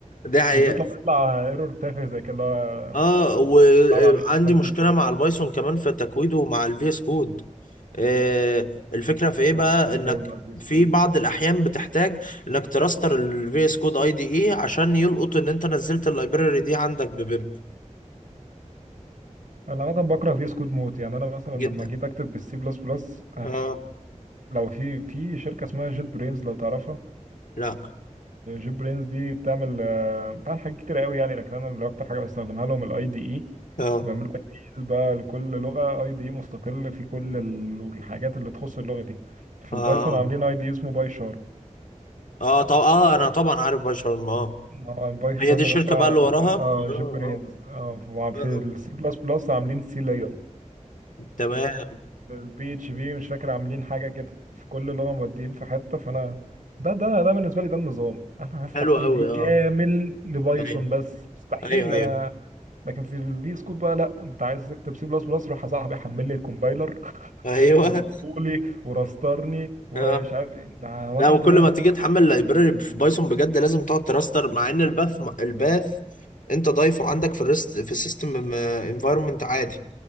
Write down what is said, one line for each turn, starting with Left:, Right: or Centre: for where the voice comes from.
Left: دي حقيقه
Right: بالذات لما يطلع ايرور تافه زي كده اللي هو
Left: اه وعندي
Right: لا معلش انت نسيت
Left: مشكله مع البايثون كمان في تكويده مع الفي اس كود آه الفكره في ايه بقى
Right: مش هكود
Left: انك
Right: على الفيس
Left: في
Right: كود
Left: بعض الاحيان بتحتاج انك تراستر الفي اس كود اي دي اي عشان يلقط ان انت نزلت اللايبراري دي عندك ببيب
Right: انا عامه بكره في سكود موت يعني انا مثلا
Left: جدا
Right: لما جيت اكتب بالسي بلس بلس
Left: اه
Right: لو في في شركه اسمها جيت برينز لو تعرفها
Left: لا
Right: جيت برينز دي بتعمل آه، بتعمل حاجات كتير قوي يعني لكن انا اللي اكتر حاجه بستخدمها لهم الاي دي اي
Left: اه
Right: بعمل اي دي ايز بقى لكل لغه اي دي اي مستقل في كل ال- الحاجات اللي تخص اللغه دي في
Left: اه
Right: البايثون
Left: اه
Right: عاملين اي دي اسمه باي شارم
Left: اه طب اه انا طبعا عارف باي شرم اه
Right: اه الباي شارم
Left: هي دي الشركة
Right: ده بتاع
Left: بقى اللي وراها
Right: اه
Left: اه
Right: جيت برينز اه في
Left: اه آه.
Right: السي بلس بلس عاملين سي ليون
Left: تمام
Right: البي اتش بي مش فاكر عاملين حاجه كده في كل لغه مودين في حته فانا ده ده ده بالنسبه لي ده النظام انا هفتح
Left: حلو
Right: اي
Left: قوي
Right: دي كامل
Left: اه
Right: لبايثون
Left: ايوه
Right: بس مستحيل
Left: ايوه ايوه
Right: انا لكن في الفي سكوب بقى لا انت عايز تكتب سي بلس بلس روح يا صاحبي حمل لي الكومبايلر <laughs>
Left: ايوه
Right: ودقولي ورسترني
Left: <laughs>
Right: ومش
Left: اه
Right: عارف ايه ده وجع
Left: لا وكل
Right: دماغ
Left: ما تيجي تحمل لايبراري في بايثون بجد لازم تقعد تراستر مع ان الباث الباث انت ضايفه عندك في الريست في السيستم انفايرمنت عادي